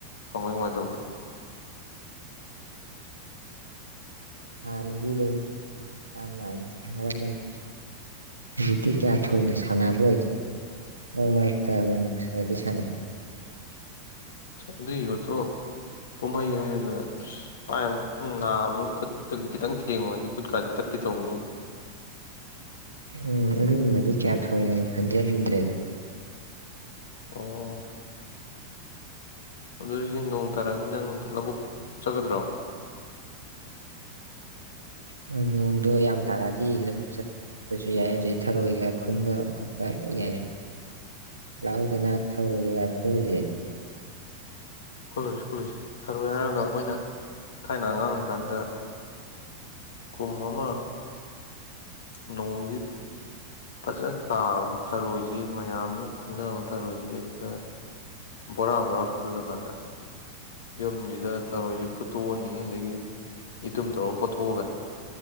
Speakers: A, on the left; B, on the right.
A: ꯀꯃꯥꯏ ꯀꯃꯥꯏꯅ ꯇꯧꯒꯦ
B: ꯑꯗꯨ ꯑꯗꯨꯝ ꯆꯥꯡ ꯅꯥꯏꯅ ꯁꯥꯟꯅꯔꯝꯃꯅꯤ ꯍꯧꯖꯤꯛꯇꯤ ꯀꯌꯥ ꯊꯣꯏꯅ ꯁꯥꯟꯅꯕ ꯑꯣꯏꯗ꯭ꯔꯦ ꯃꯔꯛ ꯃꯔꯛꯇ ꯑꯃꯃꯨꯛ ꯈꯔꯗꯤ ꯁꯥꯟꯅꯩ
A: ꯑꯗꯨꯒꯤ ꯌꯣꯠꯇꯣ ꯄꯨꯝꯍꯩ ꯍꯥꯏꯩꯔꯒ ꯑꯁ ꯄꯥꯏꯕꯗꯤ ꯅꯥꯕꯅꯤ ꯈꯨꯠꯇ ꯈꯤꯇꯪ ꯊꯦꯡꯉꯨꯔꯗꯤ ꯈꯨꯠꯀꯥꯁꯤ ꯇꯠꯀꯦ ꯇꯧꯕꯅꯤ
B: ꯎꯝ ꯑꯔꯨꯝꯕꯗꯤ ꯀꯌꯥ ꯊꯣꯏꯅꯥꯕꯨ ꯈꯟꯖꯅꯂꯨꯗ꯭ꯔꯦꯗ
A: ꯑꯣ ꯑꯗꯨꯏ ꯁꯤ ꯅꯣꯡ ꯇꯥꯔꯛꯑꯗꯤ ꯅꯪ ꯂꯧꯕꯨꯛ ꯆꯠꯒꯗ꯭ꯔꯣ
B: ꯍꯣꯏ ꯅꯣꯡꯗꯣ ꯌꯥꯝ ꯇꯥꯔꯛꯑꯗꯤ ꯂꯕꯨꯨꯛ ꯆꯠꯄꯁꯨ ꯌꯥꯏ ꯑꯗꯨꯩ ꯊꯔꯣꯏꯒ ꯈꯨꯟꯕ ꯈꯣꯠꯄ ꯌꯥꯏ ꯂꯥꯛꯥꯎꯗꯅ ꯊꯔꯣꯏꯒ ꯈꯨꯜꯂꯨꯁꯤ
A: ꯀꯨꯜꯂꯨꯁꯤ ꯀꯜꯂꯨꯁꯤ ꯊꯔꯨ ꯍꯥꯏꯔꯒ ꯑꯩꯈꯣꯏꯅ ꯊꯥꯏꯅ ꯑꯉꯥꯡ ꯑꯣꯏꯔꯤꯀꯥꯟꯗ ꯀꯨꯝ ꯑꯃꯥ ꯅꯣꯡꯁꯤ ꯐꯖꯅ ꯇꯥꯕꯅꯤ ꯊꯔꯣꯏꯁꯤ ꯃꯌꯥꯝꯅ ꯈꯨꯟꯅꯕ ꯊꯔꯣꯏꯁꯤ ꯍꯦꯛꯇ ꯚꯣꯔꯥ ꯚꯣꯔꯥ ꯈꯨꯜꯂ ꯀꯥꯟꯗ ꯌꯨꯝꯁꯤꯗ ꯊꯔꯣꯏꯁꯤ ꯐꯨꯠꯇꯣꯛꯑꯅꯤ ꯑꯗꯒꯤ ꯌꯦꯇꯨꯝ ꯇꯧꯔꯒ ꯀꯣꯊꯣꯛꯑꯒꯅꯦ